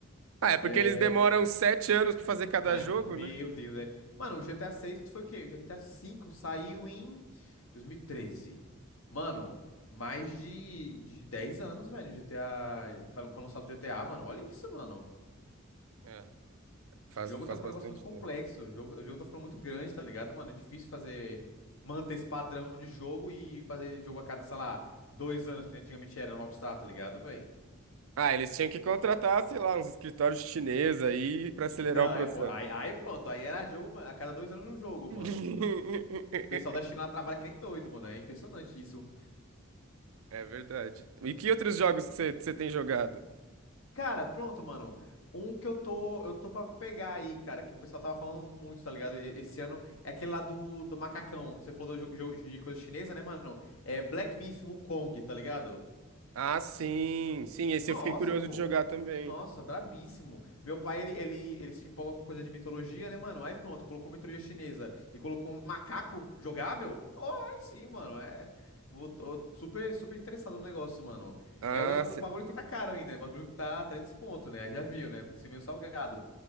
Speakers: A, on the right (about 80°); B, on the left (about 75°).
A: Ah, é porque
B: É...
A: eles demoram sete anos pra fazer
B: <laughs>
A: cada
B: ah,
A: jogo,
B: meu
A: né?
B: Deus, é. Mano, o GTA seis foi o quê? O GTA cinco saiu em dois mil e treze Mano, mais de, de 10 anos, velho, GTA. Pra, pra lançar o GTA, mano. Olha isso, mano.
A: É, faz,
B: O jogo
A: faz
B: tá ficando
A: bastante
B: um negócio muito complexo.
A: tempo.
B: O jogo, o jogo tá ficando muito grande, tá ligado, mano? É difícil fazer. Manter esse padrão de jogo e fazer jogo a cada, sei lá, dois anos, que nem antigamente era no Rockstar, tá ligado, velho?
A: Ah, eles tinham que contratar, sei lá, uns escritórios chineses aí pra acelerar
B: Não,
A: o processo.
B: aí, pô, aí, aí pronto. Aí era jogo, mano, a cada dois anos um jogo,
A: <laughs>
B: mano. O pessoal da China lá trabalha que nem doido, mano. É impressionante isso.
A: É verdade. E que outros jogos que você que você tem jogado?
B: Cara, pronto, mano. Um que eu tô, eu tô pra pegar aí, cara, que o pessoal tava falando muito, tá ligado? E- Esse ano é aquele lá do, do macacão. Você falou do jogo de coisa chinesa, né, mano? É Black Myth Wukong, tá ligado?
A: Ah, sim, sim, esse
B: Nossa,
A: eu fiquei curioso
B: pô.
A: de jogar também.
B: Nossa, brabíssimo. Meu pai, ele, ele, ele se empolga com coisa de mitologia, né, mano? Aí pronto, colocou mitologia chinesa e colocou um macaco jogável? Pô, aí sim, mano. É. Vou- Tô super, super interessado no negócio, mano.
A: Ah,
B: É o,
A: você
B: o bagulho que tá caro ainda, é o bagulho que tá 300 conto, né? Já viu, né? Parece meio salgado,